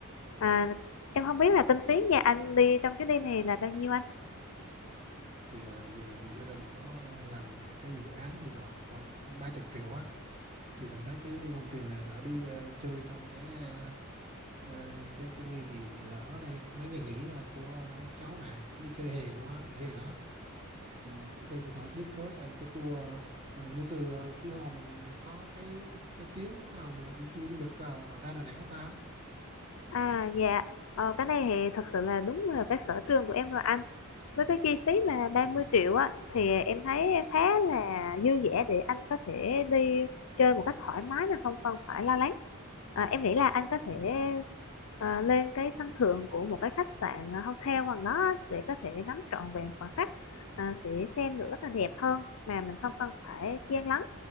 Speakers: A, on the left; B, on the right.
A: à, em không biết là kinh phí nhà anh đi trong chuyến đi này là bao nhiêu anh
B: Thì ờ, vừa rồi thì gia đình có làm cái dự án thì đọt khoảng ba chục triệu á thì định lấy cái vòng tiền này đỡ đi ờ, chơi trong cái ờ, ờ, cái cái nghỉ lỡ ở đây mấy ngày nghỉ ờ, của cháu này đi chơi hè luôn á nghỉ hè đó Ừm, em có thể thiết kế cho anh cái tour ờ, như từ ờ, Tuy Hòa mình có cái cái tuyến nào mà đi tour du lịch vào ra Đà Nẵng không ta?
A: à dạ Ờ, cái này thì thật sự là đúng là cái sở trường của em rồi anh với cái chi phí mà ba
B: Ừ.
A: mươi triệu á thì em thấy khá là dư dả để anh có thể đi chơi một cách thoải mái mà không cần phải lo lắng à, em nghĩ là anh có
B: Ừ.
A: thể à, lên cái sân thượng của một cái khách sạn à, hotel gần đó á, để có thể ngắm trọn vẹn khoảng khắc à, sẽ xem được rất là đẹp hơn mà mình không cần phải chen lấn